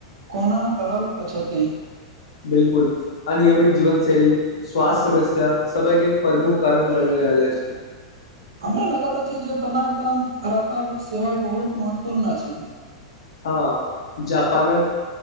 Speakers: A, on the right; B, on the left.
A: कोना अरल अछथि
B: बिलकुल अनियमित जीवन शैली स्वाथ्य समस्या सबयके प्रमुख कारण बनी रहल अछि
A: हमरा लागत अछि जे तनाव काम रखाव सेहो बहुत महत्वपूर्ण अछि
B: हँ जापानक